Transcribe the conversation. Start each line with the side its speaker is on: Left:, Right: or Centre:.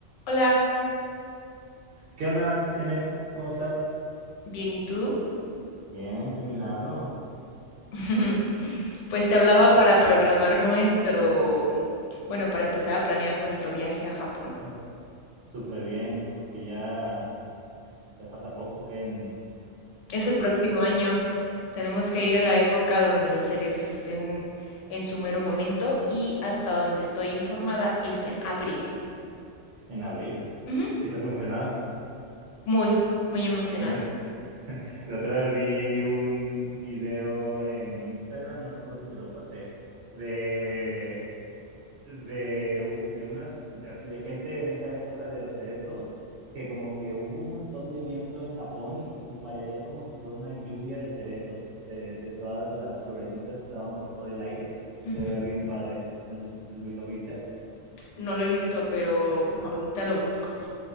Left: Hola,
Right: ¿Qué onda, Janet? ¿Cómo estás?
Left: bien, ¿y tú?
Right: Bien, qué milagro.
Left: <laughs> Pues te hablaba para programar nuestro, bueno, para empezar a planear nuestro viaje a Japón.
Right: No es- Súper bien, porque ya, ya falta poco que en,
Left: Es
Right: en,
Left: el próximo año. Tenemos
Right: ay, híjoles,
Left: que ir en la época donde los cerezos estén en su mero momento y hasta donde estoy informada es en abril.
Right: en abril.
Left: Ujú.
Right: ¿Y estás emocionada?
Left: Muy, muy emocionada.
Right: Muy. El otro día vi un video en Instagram, no me acuerdo si te lo pasé, de de, de unas, de así de gente en esta época de los cerezos, que como que hubo un montón de viento en Japón y, se, y parecía como si fuera una lluvia de cerezos, de, de, todas las florecitas que estaban por todo el aire.
Left: Ujú.
Right: Se veía bien padre. No sé si si lo viste.
Left: No lo he visto, pero
Right: No.
Left: ahorita lo busco.